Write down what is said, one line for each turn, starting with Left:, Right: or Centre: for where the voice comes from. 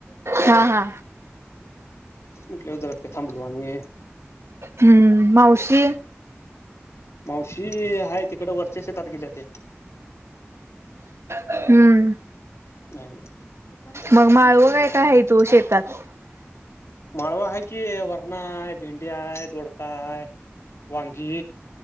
Right: हा हा
Left: उठल्यावर जराप थांबलो आणि
Right: हम्म मावशी
Left: मावशी हाय तिकड वरच्या शेतात गेल्या त्या
Right: हम्म
Left: नाय नाय दुपारी सरबत
Right: मग माळवं
Left: करून आणलेला
Right: काय काय
Left: ना
Right: हाय
Left: तुम्हाला
Right: तो शेतात
Left: माळवा हाय की वरणा हाय, भेंडी हाय, दोडका हाय. वांगी